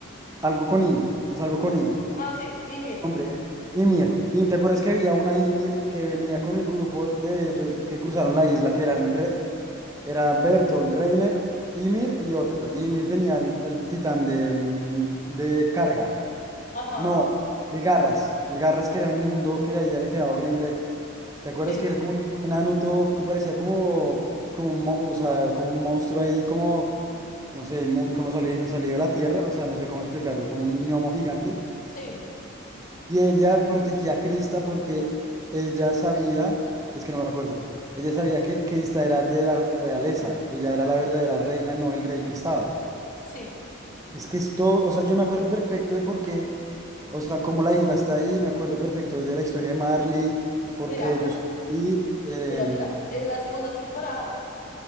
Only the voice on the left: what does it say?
Ah, sí, Ymir.
Ajá,
sí,
sí,
sí.
Mira,
m-
mira, mira. En la segunda temporada,